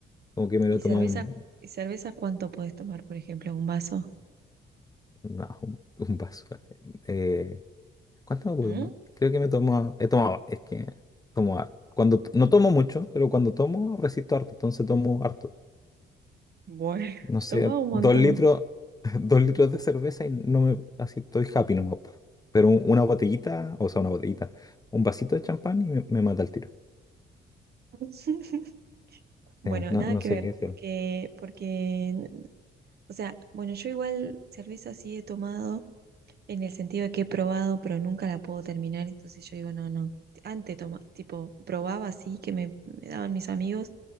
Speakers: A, on the left (about 20°); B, on the right (about 55°).
A: como que me
B: ¿Y
A: lo toma
B: cerveza,
A: un,
B: y cerveza cuánto podés tomar, por ejemplo, un vaso?
A: No, un, un vaso. Eh, ¿cuánto me puedo
B: ¿Mm?
A: tomar? Creo que me tomo, he tomado, es que tomo harto. Cuando, t- no tomo mucho, pero cuando tomo resisto harto, entonces tomo harto.
B: Bueno,
A: No
B: <laughs>
A: sé,
B: tomaba un montón.
A: dos litros, <laughs> dos litros de cerveza y no me, así estoy happy nomás. po. Pero un- una botellita, o sea, una botellita, un vasito de champán y me, me mata el tiro.
B: <laughs> Bueno,
A: Sí, no,
B: nada
A: no
B: que
A: sé
B: ver,
A: qué decir.
B: porque, porque, o sea, bueno, yo igual cerveza sí he tomado. en el sentido de que he probado, pero nunca la puedo terminar, entonces yo digo, no, no. Antes toma, tipo, probaba así, que me, me daban mis amigos,